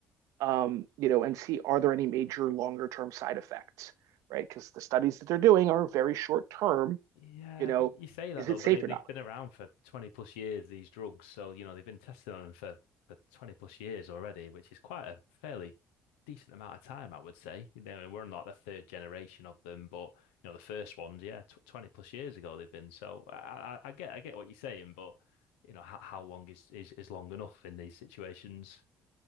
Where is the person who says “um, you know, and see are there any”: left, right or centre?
Right